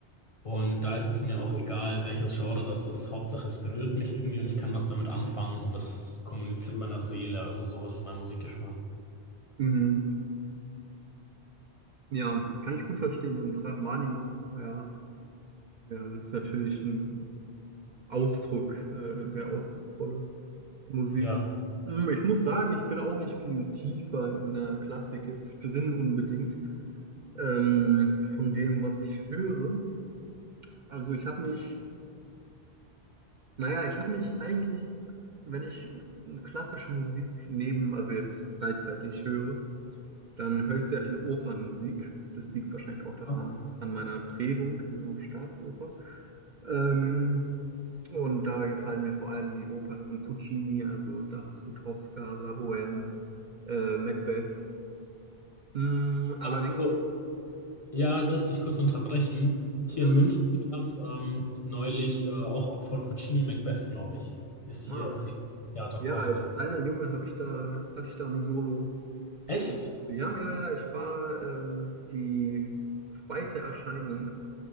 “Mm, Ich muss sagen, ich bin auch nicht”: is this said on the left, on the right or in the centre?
Right